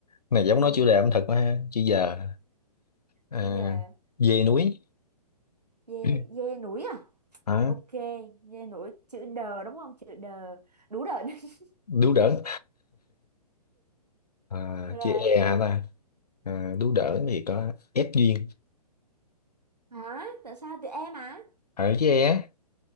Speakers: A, on the left; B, on the right.
A: này giống
B: ừ
A: nói chủ đề ẩm thực quá ha chữ giờ à,
B: chữ dê
A: dê núi
B: dê
A: <clears throat>
B: dê núi à
A: hả
B: ok dây nổi chữ đờ đúng không chữ đờ đủ đờ <laughs>
A: đú đỡn à,
B: rồi
A: chữ e hả ta à, đú đỡn thì có ép duyên
B: hả tại sao tụi em à
A: ở chữ e á,